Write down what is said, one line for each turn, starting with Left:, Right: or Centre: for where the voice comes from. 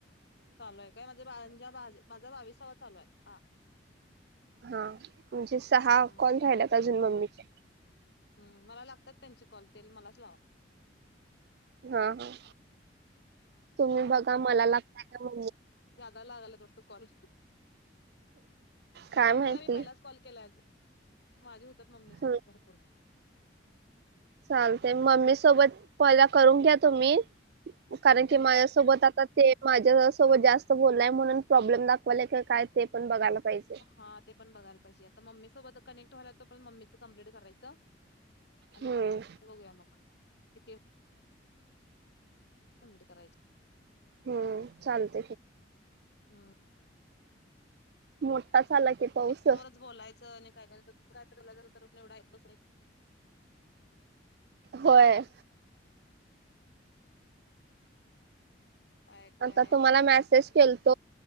Left: चालू ये काय, म्हणजे मांज्या, माज बाविसावा चालू ये, हा.
Right: हा, म्हणजे सहा
Left: हम्म
Right: कॉल राहिलेत अजून, मम्मीचे.
Left: हम्म, मला लागतात त्यांचे कॉल, तेल मलाच लावा.
Right: हां, तुम्ही बघा मला लागताय का, मग मी
Left: ज्यादा लागलेत वाटतं, कॉल.
Right: काय
Left: मम्मीला
Right: माहिती.
Left: मी पहिलाच कॉल केलाय अजून, माझे होतात मम्मी सोबत
Right: हम्म
Left: भरपूर.
Right: चालतय, मम्मी सोबत पहिला करून घ्या, तुम्ही. कारण
Left: हम्म
Right: की माया सोबत आता ते माझ्या सोबत जास्त बोलाय, म्हणून प्रॉब्लेम दाखवालाय का काय, ते पण बघायला पाहिजे.
Left: हां, ते पण बघायला पाहिजे, आता मम्मी सोबत कनेक्ट व्हायला त, पण मम्मीचं कम्प्लीट करायचं. आणि
Right: हम्म
Left: बघूया मग किती कम्प्लीट करायचं
Right: हम्म, चालत.
Left: हम्म.
Right: मोठाच आला की पाऊस
Left: समोरच बोलायंचं आणि काय <unintelligible> दुरात तर एवढा बसय. <unintelligible>
Right: होय.
Left: काय काय
Right: आता तुम्हाला मेसेज केलतो.